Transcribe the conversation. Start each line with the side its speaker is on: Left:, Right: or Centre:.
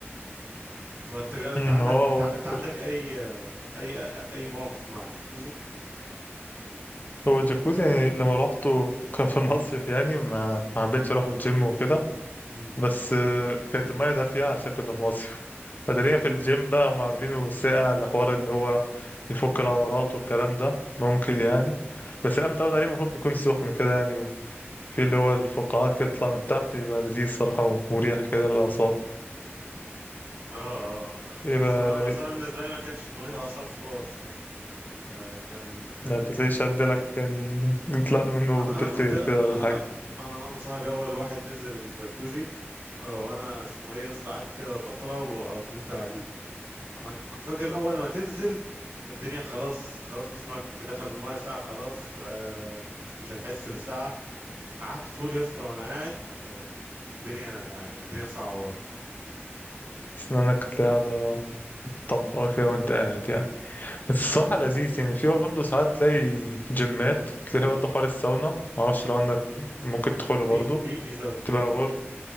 Right: انت انت انت
Left: امم
Right: عندك
Left: هو هو
Right: انت انت
Left: الصراحة-
Right: عندك اي آه، اي آه، اي مواقف مع الجاكوزي
Left: هو الجاكوزي يعني لما روحته كان في <laughs> مصيف يعني ما ما حبيتش اروح الجيم وكده
Right: مم.
Left: بس آه، كانت المية دافية علشان كنا في مصيف <laughs> فتقريبا في الجيم بقى هم عاملينه ساقع لحوار اللي هو يفك العضلات والكلام ده ممكن يعني بس انا متعود عليه المفروض بيكون سخن كده يعني في اللي هو الفقاعات كده بتطلع من تحت يبقى لذيذ صراحة ومريح كده للأعصاب
Right: اه
Left: يبقى
Right: بس انا
Left: رايق
Right: بس انا بالنسبه لي ما كانش مرهق اعصاب خالص يعني آه كان كان
Left: يعني انت تلاقيش عندلك يعني طلعت منه
Right: انا
Left: بترتجف
Right: انا كنت
Left: كده ولا
Right: انا
Left: حاجة
Right: انا انا, أنا صاحبي اول واحد نزل الجاكوزي آه، وانا اسمه ايه يا اسطى قعدت كده فتره ونزلت بعديه انا ك- كنت فاكر اول ما تنزل الدنيا خلاص خلاص جسمك دخل في المايه الساعه خلاص فمش مش هتحس بالساعه قعدت طول يا اسطى وانا قاعد آه، الدنيا يعني الدنيا صعبه برضه
Left: أسنانك هتلاقيها قاعدة طبقه كده وانت قاعد يعني بس الصراحه
Right: اه
Left: لذيذ يعني في برضه ساعات تلاقي في جيمات تلاقي برضه حوار الساونا معرفش لو عندك ممكن تدخله
Right: في
Left: برضه
Right: في في ساونا
Left: تبقى غور